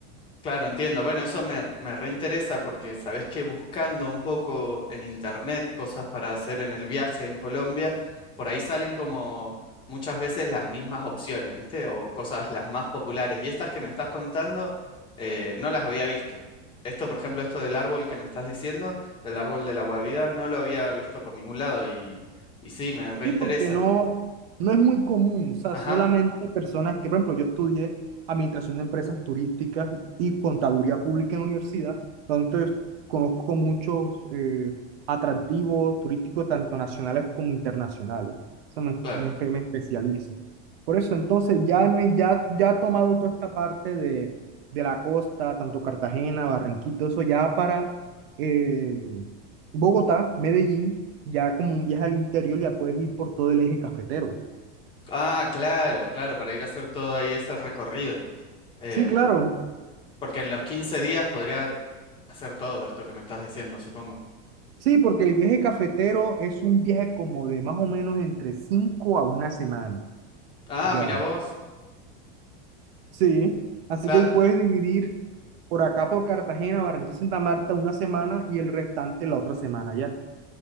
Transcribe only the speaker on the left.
Claro, entiendo. Bueno, eso me, me reinteresa porque sabés que buscando un poco en internet cosas para hacer en el viaje en Colombia, por ahí salen como muchas veces las mismas opciones, ¿viste? O cosas las más populares. Y estas que me estás contando, eh, no las había visto. Esto, por ejemplo, esto del árbol que me estás diciendo, el árbol de la guavida, no lo había visto por ningún lado y, y sí, me reinteresa.
Ajá,
claro.
Ah, claro, claro, para ir a hacer todo ahí ese recorrido. Em,
Porque en los 15 días podría hacer todo esto que me estás diciendo, supongo.
Ah,
mira vos.
Cla-